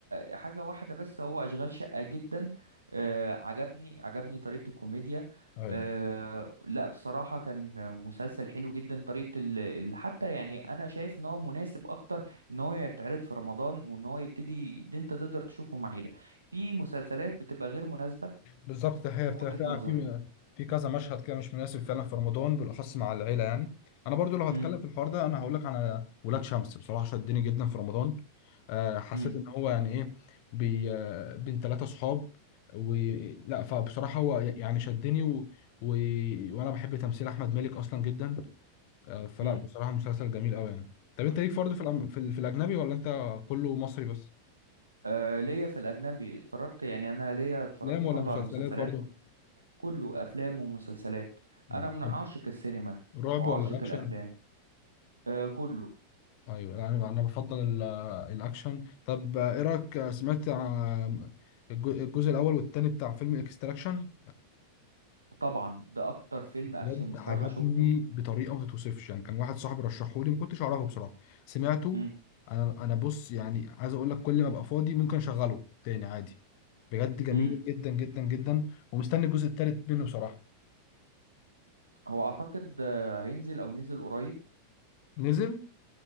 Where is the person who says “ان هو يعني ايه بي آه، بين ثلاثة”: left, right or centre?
Left